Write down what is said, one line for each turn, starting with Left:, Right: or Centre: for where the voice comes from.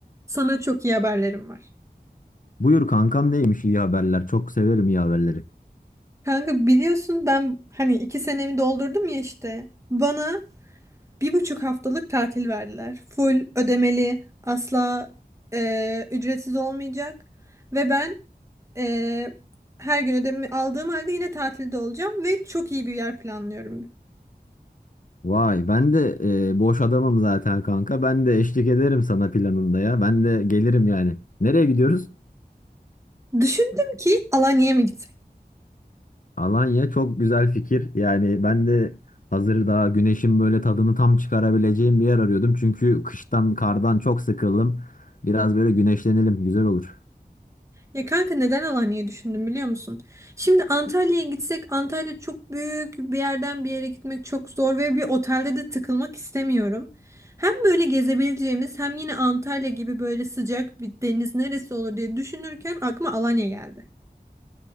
Right: Sana çok iyi haberlerim var.
Left: Buyur kankam neymiş iyi haberler? Çok severim iyi haberleri.
Right: Kanka biliyorsun ben hani iki senemi doldurdum ya işte. Bana bir buçuk haftalık tatil verdiler. Full ödemeli, asla e, ücretsiz olmayacak. Ve ben e, her gün ödemi aldığım halde yine tatilde olacağım ve çok iyi bir yer planlıyorum.
Left: Vay ben de e, boş adamım zaten kanka. Ben de eşlik ederim sana planında ya. Ben de gelirim yani. Nereye gidiyoruz?
Right: Düşündüm ki Alanya'ya mı gitsek?
Left: Alanya çok güzel fikir. Yani ben de hazır daha güneşin böyle tadını tam çıkarabileceğim bir yer arıyordum. Çünkü kıştan kardan çok sıkıldım. Biraz böyle güneşlenelim güzel olur.
Right: Ya kanka neden Alanya'yı düşündüm biliyor musun? Şimdi Antalya'ya gitsek Antalya çok büyük bir yerden bir yere gitmek çok zor ve bir otelde de tıkılmak istemiyorum. Hem böyle gezebileceğimiz hem yine Antalya gibi böyle sıcak bir deniz neresi olur diye düşünürken aklıma Alanya geldi.